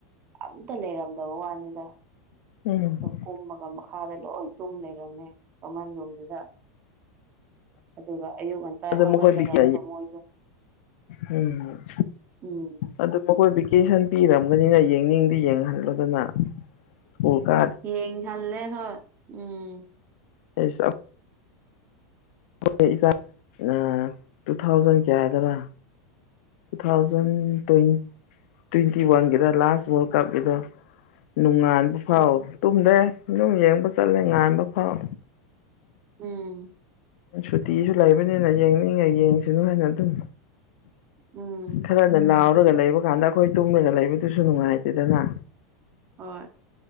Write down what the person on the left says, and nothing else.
ꯎꯝ
ꯑꯗꯨ
ꯃꯈꯣꯏ ꯕꯤꯀꯦ
ꯎꯝ
ꯑꯗꯨ ꯃꯈꯣꯏ ꯚꯦꯀꯦꯁꯟ ꯄꯤꯔꯝꯒꯅꯤꯅ ꯌꯦꯡꯅꯤꯡꯗꯤ ꯌꯦꯡꯍꯜꯂꯣꯗꯅ ꯁ꯭ꯀꯨꯜ ꯀꯥ
<unintelligible> <unintelligible> ꯇꯨ ꯊꯥꯎꯖꯟ ꯀꯌꯥꯗꯔꯥ ꯇꯨ ꯊꯥꯎꯖꯟ ꯇꯣꯏꯟ ꯇꯣꯏꯟꯇꯤ ꯋꯥꯟꯒꯤꯔ ꯂꯥꯁ ꯋꯥꯔꯜ ꯀꯞꯀꯤꯗ ꯅꯣꯡꯉꯥꯟꯕ
ꯐꯥꯎ ꯇꯨꯝꯗꯦ ꯑꯗꯨꯝ ꯌꯦꯡꯕ ꯆꯠꯂꯦ ꯉꯥꯟꯕ ꯐꯥꯎ
ꯁꯨꯇꯤꯁꯨ ꯂꯩꯕꯅꯤꯅ ꯌꯦꯡꯅꯤꯡꯉꯥ ꯌꯦꯡꯁꯅꯨ ꯍꯥꯏꯅ ꯑꯗꯨꯝ
ꯈꯔꯅ ꯂꯥꯎꯔꯒ ꯂꯩꯕ ꯀꯥꯟꯗ ꯑꯩꯈꯣꯏ ꯇꯨꯝꯃꯒ ꯂꯩꯕꯗꯨꯁꯨ ꯅꯨꯡꯉꯥꯏꯇꯦꯗꯅ